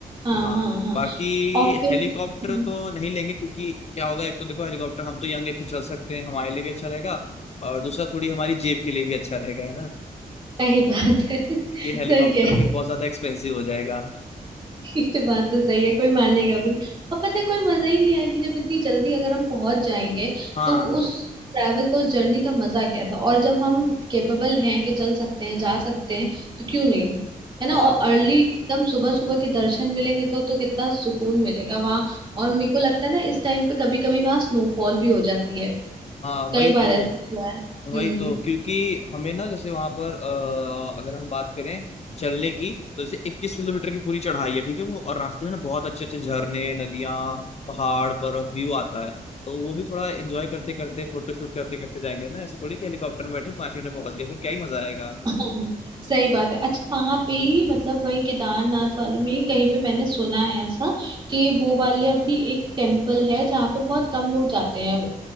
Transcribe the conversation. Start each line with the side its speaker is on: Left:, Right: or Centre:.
Right: हाँ
Left: हाँ
Right: हाँ हाँ
Left: बाकी
Right: और फिर
Left: हेलीकॉप्टर
Right: हम्म,
Left: तो नहीं लेंगे क्योंकि क्या होगा एक तो देखो हेलीकॉप्टर हम तो यंग एक तो चल सकते हैं हमारे लिए भी अच्छा रहेगा और दूसरा थोड़ी हमारी जेब के लिए भी अच्छा रहेगा है ना
Right: सही बात है <laughs>
Left: क्योंकि
Right: सही
Left: हेलीकॉप्टर
Right: कह
Left: फिर बहुत ज्यादा एक्सपेंसिव हो जाएगा
Right: ये बात तो सही है कोई मानेगा भी नहीं और पता है कोई मजा ही नहीं आएगी जब इतनी जल्दी अगर हम पहुंच जाएंगे
Left: हाँ
Right: तो उस ट्रैवल का उस जर्नी का मजा कैसा और जब हम केपेबल हैं कि चल सकते हैं जा सकते हैं तो क्यों नहीं है ना
Left: हाँ
Right: और अर्ली एकदम सुबह सुबह के दर्शन मिलेंगे तो तो कितना सुकून मिलेगा वहां और मेरे को लगता है ना इस टाइम पे कभी कभी वहां स्नोफॉल भी हो जाती है
Left: हाँ
Right: कई
Left: वही
Right: बार
Left: तो
Right: ऐसा हुआ है हम्म
Left: वही तो क्योंकि हमें ना जैसे वहां पर अ, अगर हम बात करें चलने की तो जैसे इक्कीस किलोमीटर की पूरी चढ़ाई है ठीक है वो और रास्ते में ना बहुत अच्छे अच्छे झरने नदियाँ पहाड़ बर्फ व्यू आता है तो वो भी थोड़ा एंजॉय करते करते फोटो शूट करते करते जाएंगे ना ऐसे थोड़ी कि हेलीकॉप्टर में बैठे पांच मिनट में पहुंच गए फिर क्या ही मजा आएगा
Right: हाँ, हाँ, सही बात है अच्छा वहां पे ही मतलब वही केदारनाथ वाले में ही कहीं पे मैंने सुना है ऐसा कि वो वाले अभी एक टेम्पल है जहाँ पे बहुत कम लोग जाते हैं